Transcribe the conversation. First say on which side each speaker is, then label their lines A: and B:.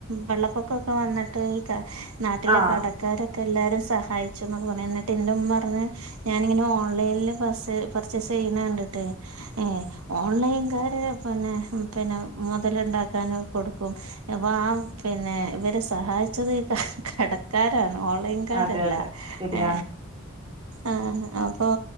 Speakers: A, on the right; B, on the right.
A: വെള്ളപ്പൊക്ക വന്നിട്ട്. ഈ നാട്ടിലെ
B: ആഹ്
A: കടക്കാരൊക്കെ എല്ലാരും സഹായിച്ന്നൊക്കെ പർഞ്ഞു. എന്നിട്ട് എൻ്റുമ്മർഞ്ഞു ഞാന്ങ്ങനെ ഓൻലൈന്ല് പർചയ്സ് ചെയ്യ്ണ കണ്ടിട്ട് ഏ ഓൺലൈൻ കാര് പിന്നെ പിന്നെ മുതലുണ്ടാക്കാനൊക്കെ കൊടുക്കും. അപ്പൊ ആ പിന്നെ ഇവരെ സഹായിച്ചത് കടക്കാരാണ് ഓൺലൈൻകാരല്ല.
B: അതെ അതെ ശരിയാണ്
A: ഏ... ആഹ് അപ്പൊ